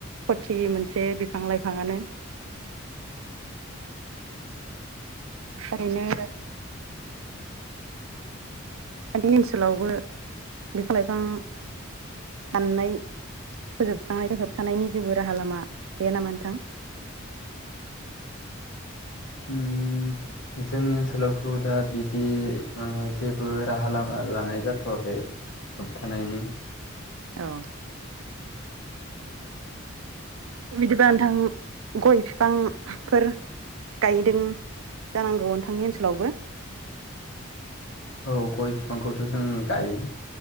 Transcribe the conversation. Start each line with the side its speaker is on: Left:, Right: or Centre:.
Right: खथि मोनसे बिफां लाइफाङानो ओरैनो दानि ओनसोलावबो बिफां लाइफां दाननाय फोजोबस्रांनायनि होबथानायनि जेबो राहा लामा गोया नामा नोंथां?
Left: उम जोंनि ओनसोलाव थ' दा बिदि ओ जेबो राहा लामा लानाय जाथ'वाखै होबथानायनि
Right: औ। बिदिबा नोंथां गय बिफांफोर गायदों जानांगौ नोंथांनि ओनसोलावबो
Left: औ गय बिफांखौथ' जों गायो